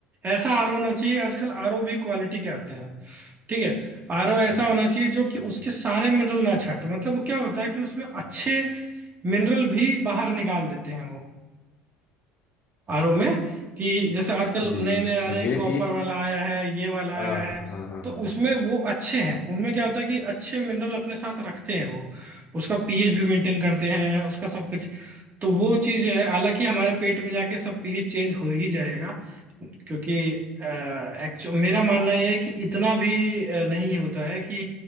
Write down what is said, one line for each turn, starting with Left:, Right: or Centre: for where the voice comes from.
Right: ऐसा आरओ होना चाहिए आजकल आरओ भी क्वालिटी के आते हैं ठीक है आरओ ऐसा
Left: हाँ, ओके
Right: होना चाहिए
Left: ठीक
Right: जो कि उसके
Left: है
Right: सारे मिनरल ना छांटे मतलब वो क्या होता है कि उसमें अच्छे मिनरल भी बाहर निकाल देते हैं वो आरओ में कि जैसे आजकल
Left: जी
Right: नए नए आ
Left: हो
Right: रहे
Left: ये
Right: हैं कॉपर
Left: ये
Right: वाला आया है ये वाला आया
Left: आ, हाँ
Right: है
Left: हाँ हाँ
Right: तो
Left: हाँ हाँ हाँ।
Right: उसमें वो अच्छे हैं उनमें क्या होता है कि अच्छे मिनरल अपने साथ रखते हैं वो उसका पीएच भी मेंटेन करते हैं उसका सब कुछ तो वो चीज है हालांकि हमारे पेट में जाके सब पीएच चेंज हो ही जाएगा क्योंकि एक्चुअल मेरा मानना यह है कि इतना भी अ, नहीं होता है कि